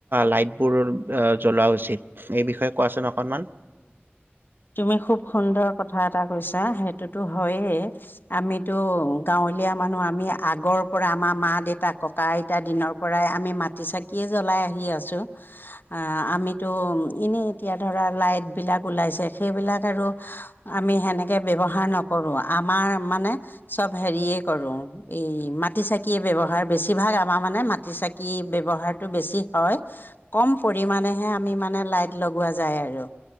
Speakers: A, on the right; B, on the left.
A: লাইট বোৰৰ জ্বলোৱা উচিত এই বিষয়ে। কোৱাচোন অকনমান
B: তুমি খুব সুন্দৰ কথা। এটা কৈছা। সেইটোতো হয়ে। আমিতো গাঁৱলীয়া মানুহ, আমি আগৰ পৰা আমাৰ মা দেউতা ককা আইতা দিনৰ পৰাই আমি মাটিৰ চাকিয়ে জ্বলাই আহি আছোঁ। অ -আমিতো এনেই এতিয়া ধৰা লাইটবিলাক ওলাইছে সেইবিলাক আৰু আমি সেনেকে ব্যৱহাৰ নকৰো। আমাৰ মানে চব হেৰিয়ে কৰো। এই মাটি চাকিয়ে ব্যৱহাৰ বেছিভাগ আমাৰ মানে মাটিৰ চাকি ব্যৱহাৰটো বেছি হয়। কম পৰিমাণেহে আমি মানে লাইট লগোৱা য। যায় আৰু।